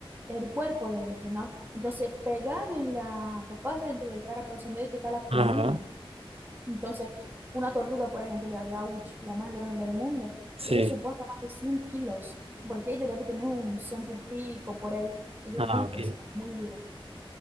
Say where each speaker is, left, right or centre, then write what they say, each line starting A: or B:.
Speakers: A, on the right; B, on the right.
A: el cuerpo de ella, ¿no? Entonces, pegado en la popa dentro del carapazón de ella está la columna
B: ajá,
A: Entonces, una tortuga, por ejemplo, la lauch, la más grande del mundo,
B: sí.
A: ella soporta más de 100 kilos, porque ella debe tener un ciento y pico por ahí. Ella
B: Ah,
A: es muy
B: ok.
A: pesada, muy dura.